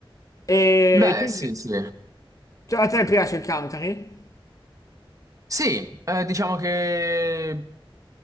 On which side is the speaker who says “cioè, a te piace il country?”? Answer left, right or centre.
Left